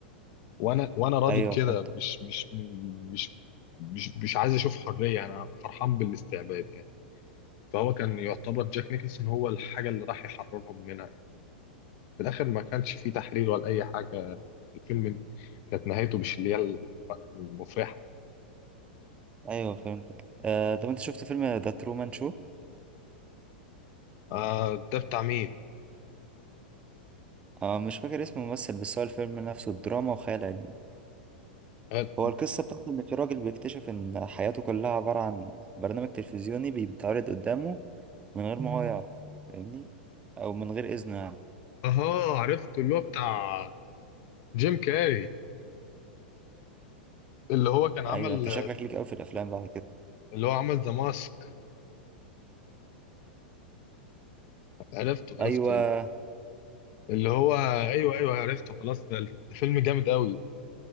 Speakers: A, on the left; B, on the right.
A: وانا وانا راضي
B: أيوه
A: بكده
B: فهمتك
A: مش مش مش مش مش عايز اشوف حريه يعني انا فرحان بالاستعباد يعني فهو كان يعتبر جاك نيكلسون هو الحاجه اللي راح يحررهم منها يعني. في الاخر ما كانش فيه تحرير ولا اي حاجه الفيلم كانت نهايته مش اللي هي المفرحه
B: أيوه فهمتك آه طب أنت شفت فيلم ذا ترومان شو
A: آه ده بتاع مين
B: آه مش فاكر اسم الممثل بس هو الفيلم نفسه دراما وخيال علمي
A: قال-
B: هو القصة بتاعت إن في راجل بيكتشف إن حياته كلها عبارة عن برنامج تلفزيوني بيتعرض قدامه من غير ما هو مم. يعرف فاهمني أو من غير إذنه يعني
A: اها عرفت اللي هو بتاع جيم كاري اللي هو كان عمل
B: أيوة أنت شكلك ليك أوي في الأفلام بعد كده
A: اللي هو عمل ذا ماسك عرفته عرفته
B: أيوة
A: اللي هو ايوه ايوه عرفته خلاص ده ده فيلم جامد قوي